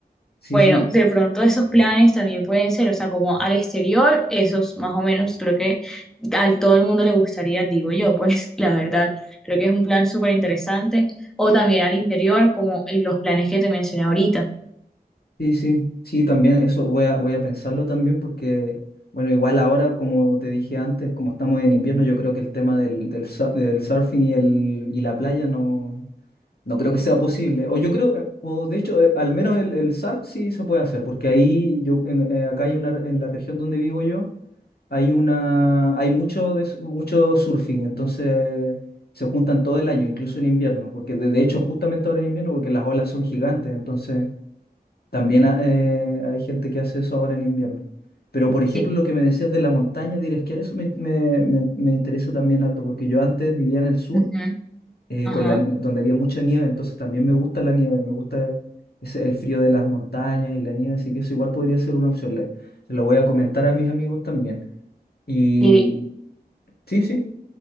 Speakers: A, on the left; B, in the centre.
A: Sí,
B: Bueno,
A: sí.
B: de pronto esos planes también pueden ser, o sea, como al exterior, esos más o menos creo que a todo el mundo le gustaría, digo yo, pues <laughs> la verdad, creo que es un plan súper interesante. O también al interior, como los planes que te mencioné ahorita.
A: Sí, sí, sí, también eso voy a, voy a pensarlo también porque, bueno, igual ahora, como te dije antes, como estamos en invierno, yo creo que el tema del, del, su- del surfing y, el, y la playa no, no creo que sea posible. O yo creo, eh, o de hecho, eh, al menos el, el surf sí se puede hacer, porque ahí, yo, en- eh, acá hay una, en la región donde vivo yo, hay una, hay mucho, de, su- mucho surfing, entonces se juntan todo el año, incluso en invierno, porque de, de hecho justamente ahora en invierno, porque las olas son gigantes, entonces... También ha- eh, hay gente que hace eso ahora en invierno. Pero, por ejemplo,
B: Sí.
A: lo que me decías de la montaña, de ir a esquiar, eso me, me- me- me interesa también harto, porque yo antes vivía en el sur,
B: Ujú,
A: eh,
B: Ajá.
A: con la, donde había mucha nieve, entonces también me gusta la nieve, me gusta ese, el frío de las montañas y la nieve, así que eso igual podría ser una opción. Le- se lo voy a comentar a mis amigos también. Y
B: Eh,
A: sí, sí,